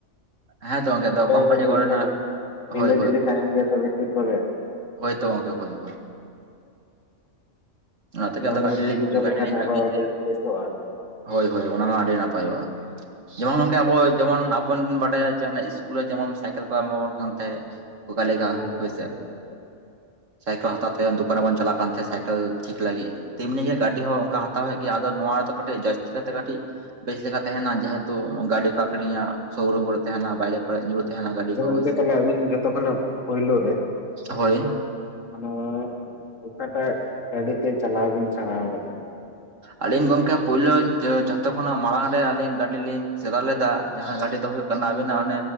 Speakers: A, on the right; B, on the left.
A: ᱦᱮᱸ ᱛᱚ ᱜᱚᱝᱠᱮ ᱟᱫᱚ ᱠᱳᱢᱯᱟᱱᱤ
B: ᱠᱟᱴᱤᱡ
A: ᱠᱚᱨᱮᱱᱟᱜ
B: ᱰᱷᱤᱞᱟᱹ
A: ᱦᱳᱭ
B: ᱰᱷᱤᱞᱤ ᱛᱟᱦᱮᱱ ᱜᱮᱭᱟ ᱛᱚ ᱵᱷᱤᱛᱤᱨ ᱠᱚᱨᱮ
A: ᱦᱳᱭᱚ ᱜᱚᱢᱠᱮ ᱦᱳᱭ ᱦᱳᱭ ᱚᱱᱟᱛᱮᱜᱮ ᱟᱫᱚ
B: ᱚᱱᱟ
A: ᱜᱟᱹ
B: ᱴᱷᱤᱠ ᱦᱚᱪᱚ
A: ᱜᱟᱹᱴ
B: ᱞᱮᱠᱷᱟᱱ
A: ᱞᱤᱧ ᱠᱟᱹᱢᱤ
B: ᱟᱨᱚ
A: ᱦᱚᱪᱚᱭᱟ
B: ᱟᱹᱰᱤ ᱵᱮᱥᱚᱜᱼᱟ
A: ᱦᱳᱭ ᱦᱳᱭ ᱚᱱᱟ ᱢᱟ ᱟᱹᱰᱤ ᱱᱟᱯᱟᱭᱚᱜᱼᱟ <unintelligible> ᱡᱮᱢᱚᱱ ᱱᱚᱝᱠᱮ ᱟᱵᱚ ᱡᱮᱢᱚᱱ ᱟᱵᱚᱚᱱ ᱵᱚᱱ ᱵᱟᱰᱟᱭᱟ ᱡᱮ ᱤᱥᱠᱩᱞ ᱨᱮ ᱡᱮᱢᱚᱱ ᱥᱟᱭᱠᱮᱞ ᱠᱚ ᱮᱢᱟᱵᱚᱱ ᱠᱟᱱ ᱛᱟᱦᱮᱸᱫ ᱚᱠᱟ ᱞᱮᱠᱟ
B: ᱦᱮᱸ ᱦᱮᱸ
A: ᱦᱳᱭ ᱥᱮ
B: ᱛᱚ
A: ᱥᱟᱭᱠᱮᱞ ᱦᱟᱛᱟᱣ ᱛᱮ ᱫᱚᱠᱟᱱ ᱨᱮ ᱵᱚᱱ ᱪᱟᱞᱟᱜ ᱠᱟᱱ ᱛᱟᱦᱮᱸ ᱥᱟᱭᱠᱮᱞ ᱴᱷᱤᱠ ᱞᱟᱹᱜᱤᱫ ᱛᱮᱢᱱᱤ ᱜᱮ ᱜᱟᱹᱰᱤ ᱦᱚᱸ ᱚᱱᱠᱟ ᱦᱟᱛᱟᱣ ᱦᱩᱭᱩᱜ ᱜᱮᱭᱟ ᱟᱫᱚ ᱱᱚᱣᱟ ᱨᱮᱫᱚ ᱠᱟᱹᱴᱤᱡ ᱡᱟᱹᱥᱛᱤ ᱠᱟᱹᱭᱛᱮ ᱠᱟᱹᱴᱤᱡ ᱵᱮᱥ ᱞᱮᱠᱟ ᱛᱟᱦᱮᱱᱟ ᱡᱮᱦᱮᱛᱩ ᱜᱟᱹᱰᱤ ᱠᱟᱠᱲᱤᱭᱟᱜ ᱥᱳᱨᱩᱢ ᱠᱚᱨᱮ ᱛᱟᱦᱮᱱᱟ ᱵᱟᱡᱟᱨ ᱠᱚᱨᱮ ᱧᱩᱨ ᱛᱮᱦᱮ ᱱᱟ ᱜᱟᱹᱰᱤ
B: ᱟᱪᱪᱷᱟ
A: ᱠᱚ
B: ᱜᱚᱝᱠᱮ
A: ᱦᱳᱭ ᱥᱮ
B: ᱛᱟᱦᱚᱞᱮ ᱟᱹᱵᱤᱱ ᱡᱚᱛᱚ ᱠᱷᱚᱱᱟᱜ ᱯᱳᱭᱞᱳ ᱨᱮ
A: ᱦᱳᱭ
B: ᱢᱟᱱᱮ ᱚᱠᱟᱴᱟᱜ ᱜᱟᱹᱰᱤ ᱛᱮ ᱪᱟᱞᱟᱣ ᱵᱮᱤᱱ ᱥᱮᱬᱟ ᱠᱟᱫᱟ
A: ᱟᱞᱤᱧ ᱜᱚᱝᱠᱮ ᱯᱳᱭᱞᱳ ᱡᱷᱚᱛᱚ ᱠᱷᱚᱱᱟᱜ ᱢᱟᱲᱟᱝ ᱨᱮ ᱟᱹᱞᱤᱧ ᱜᱟᱹᱰᱤ ᱞᱤᱧ ᱥᱮᱫᱟ ᱞᱮᱫᱟ ᱡᱟᱦᱟᱸ ᱜᱟᱹᱰᱤ ᱫᱚ ᱦᱩᱭᱩᱜ ᱟᱵᱤᱱᱟᱜ